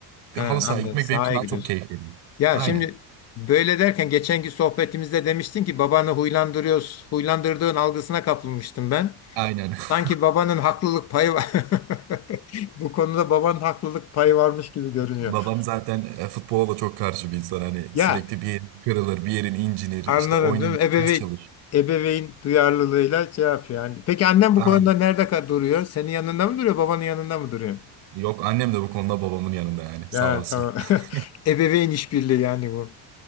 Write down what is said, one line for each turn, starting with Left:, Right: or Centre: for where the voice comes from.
Left: Ha,
Right: bir halı sahaya
Left: anladım.
Right: gitmek
Left: Sahaya
Right: benim için daha
Left: gidiyorsun.
Right: çok keyif veriyor.
Left: Ya
Right: Aynen.
Left: şimdi böyle derken geçenki sohbetimizde demiştin ki babanı huylandırıyoruz. Huylandırdığın algısına kapılmıştım ben.
Right: Aynen. <laughs>
Left: Sanki babanın haklılık payı var. <laughs> Bu konuda babanın haklılık payı varmış gibi görünüyor.
Right: Babam zaten e, futbola da çok karşı bir insan. Hani
Left: Ya
Right: sürekli bir yerin kırılır, bir yerin incinir. İşte
Left: Anladım
Right: oynar,
Left: değil mi? Ebeveyn,
Right: ders çalış.
Left: ebeveyn duyarlılığıyla şey yapıyor. Yani, peki annem
Right: Aynen.
Left: bu konuda nerede ka- duruyor? Senin yanında mı duruyor, babanın yanında mı duruyor?
Right: Yok annem de bu konuda babamın yanında yani.
Left: Ya
Right: Sağ olsun.
Left: tamam.
Right: <laughs>
Left: <laughs> Ebeveyn işbirliği yani bu.